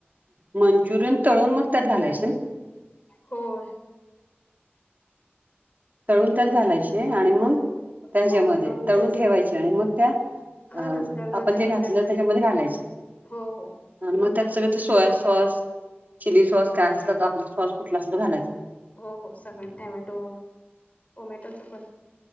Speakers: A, on the right; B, on the left.
A: मंचूरियन तळून मग त्यात घालायचे ना.
B: होय!
A: तळून त्यात घालायचे, आणि मग त्याच्यामध्ये
B: हो
A: तळून
B: ते असं
A: ठेवायचे आणि मग त्या
B: हा
A: अ
B: नंतर
A: आपण
B: न ते
A: जे
B: आपल्या
A: घातल त्याच्यामध्ये घालायचे.
B: हो हो
A: आण मग
B: नंतर
A: त्यात सगळं
B: न
A: ते सोया सॉस चिली सॉस काय असत तर आपल सॉस कुठला असल तो घालायचं.
B: हो हो सगळे टोमॅटो, टोमॅटोचं पण